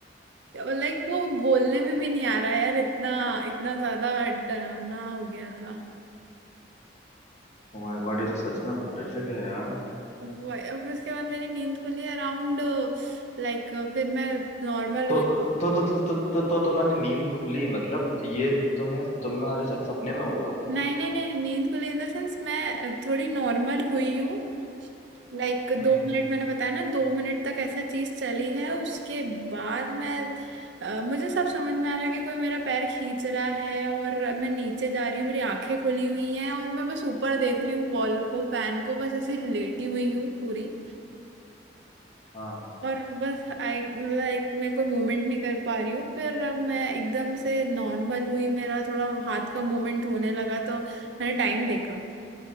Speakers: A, on the right; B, on the left.
A: लाइक वो बोलने में भी नहीं आ रहा यार इतना इतना ज्यादा डरावना हो गया था
B: ओ माय गॉड ये तो सच में हॉरिफिक है यार
A: वो अब उसके बाद मेरी नींद खुली अराउंड लाइक फिर मैं नॉर्मल
B: तो
A: हुई
B: तो तो तो तो तो, तो तुम्हारी नींद खुली मतलब ये तुम्हें तुम्हारे साथ सपने में हुआ
A: नहीं नहीं नहीं नींद खुली इन द सेंस मैं अ, थोड़ी नॉर्मल हुई हूँ लाइक
B: हम्म
A: दो मिनट मैंने बताया ना दो मिनट तक ऐसा चीज चली है उसके बाद मैं अ, मुझे सब समझ में आ रहा है कि कोई मेरा पैर खींच रहा है और मैं नीचे जा रही हूँ मेरी आंखें खुली हुई हैं और मैं बस ऊपर देख रही हूँ वॉल को फैन को बस ऐसी लेटी हुई हूँ पूरी
B: हाँ
A: और बस आई मतलब एक मैं कोई मूवमेंट नहीं कर पा रही हूँ फिर अब मैं एकदम से नॉर्मल हुई मेरा थोड़ा हाथ का मूवमेंट होने लगा तो मैंने टाइम देखा